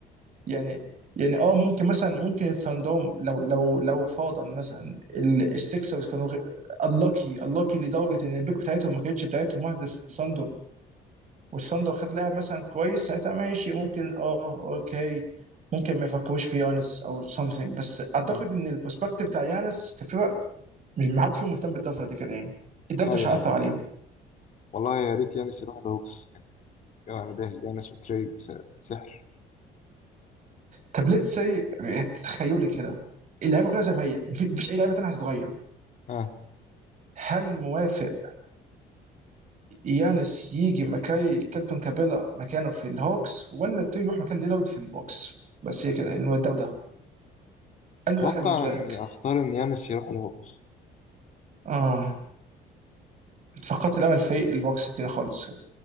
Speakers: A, on the right; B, on the left.
A: يعني يعني اه ممكن مثلا ممكن الثاندوم لو لو لو فرضا مثلا ال- السكسرز كانوا اللاكي اللاكي لدرجه ان البيك بتاعتهم ما كانتش بتاعتهم واحده الثاندر والصن لو خد لاعب مثلا كويس ساعتها ماشي ممكن اه اوكي ممكن ما يفكروش في يانس او something بس اعتقد
B: مم.
A: ان البروسبكتيف بتاع يانس كفرق مش ما حدش فيهم مهتم بالدرافت قد كده يعني الدرافت
B: ايوه
A: مش هيأثر
B: ايوه
A: عليهم
B: والله يا ريت يانس يروح الهوكس يعني انا ده يانس وتري س- سحر
A: طب ليتس سي تخيلي كده اللعيبه كلها زي ما هي مفي- مفيش اي لعيبه تانيه هتتغير
B: اه
A: هل موافق يانس يجي مكاي كيلتون كابيلا مكانه في الهوكس ولا تري يروح مكان ليلارد في البوكس بس هي كده انه ده وده انه
B: اتوقع
A: الاحلى بالنسبه
B: اني
A: لك
B: اختار ان يانس يروح الهوكس
A: اه فقدت الامل في البوكس التاني خالص